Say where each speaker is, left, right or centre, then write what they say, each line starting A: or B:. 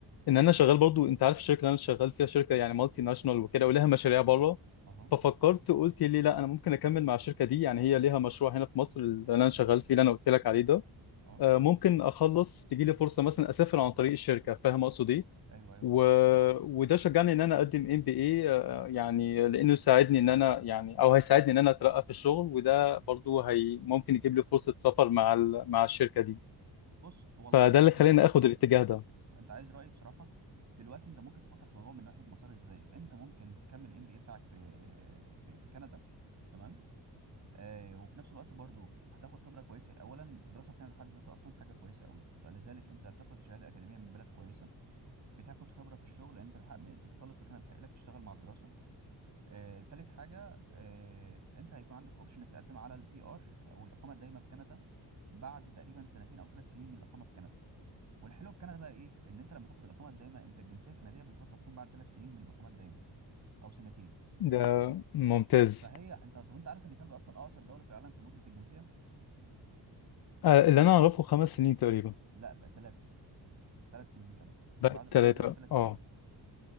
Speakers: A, on the left; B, on the right.
A: ان انا شغال برضو انت عارف الشركه اللي انا شغال فيها شركه يعني مالتي ناشونال وكده ولها مشاريع بره
B: اها
A: ففكرت قلت ليه لا انا ممكن اكمل مع الشركه دي يعني هي ليها مشروع هنا في مصر اللي انا شغال فيه اللي انا قلت لك عليه ده
B: اه
A: آه، ممكن اخلص تجي لي فرصه مثلا اسافر عن طريق الشركه فاهم اقصد ايه
B: ايوه ايوه
A: و...
B: فاهمك
A: وده شجعني ان انا اقدم ام بي اي يعني لانه ساعدني ان انا يعني او هيساعدني ان انا اترقى في الشغل وده برضو هي ممكن يجيب لي فرصة سفر مع ال... مع الشركة دي
B: بص والله
A: فده
B: انت
A: اللي
B: ع-
A: خلاني اخد الاتجاه ده
B: انت عايز رايي بصراحه دلوقتي انت ممكن تفكر في الموضوع من ناحيه مسار ازاي انت ممكن تكمل الام بي اي بتاعك في في في كندا تمام آه، وفي نفس الوقت برضو هتاخد خبره كويسه اولا الدراسه في كندا بحد ذاتها اصلا حاجه كويسه قوي فلذلك انت بتاخد شهاده اكاديميه من بلد كويسه بتاخد خبره في الشغل لان انت بحق انت كطالب في كندا بيحق لك تشتغل مع الدراسه آه، تالت حاجه آه، انت هيكون عندك اوبشن انك تقدم على البي ار او الاقامه الدائمه في كندا بعد تقريبا سنتين او ثلاث سنين من الاقامه في كندا والحلو في كندا بقى ايه ان انت لما تاخد الاقامه الدائمه انت الجنسيه الكنديه بالظبط هتكون بعد ثلاث سنين من الاقامه الدائمه او سنتين
A: ده ممتاز
B: فهي انت طب انت عارف ان كندا اصلا اقصر دوله في العالم في مده الجنسيه
A: آه، اللي انا اعرفه خمس سنين تقريبا
B: لا بقى ثلاثه ثلاث سنين كندا
A: بقت
B: بعد الاقامه
A: ثلاثة
B: دايما ثلاث
A: اه
B: سنين